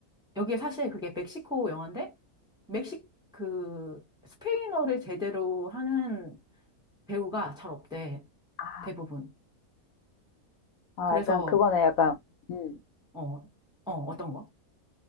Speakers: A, in the centre; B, on the left.
A: 여기에 사실 그게 멕시코 영화인데, 멕시, 그, 스페인어를 제대로 하는 배우가 잘 없대,
B: 아.
A: 대부분.
B: 아
A: 그래서,
B: 약간 그거네. 약간 음.
A: 어, 어, 어떤 거?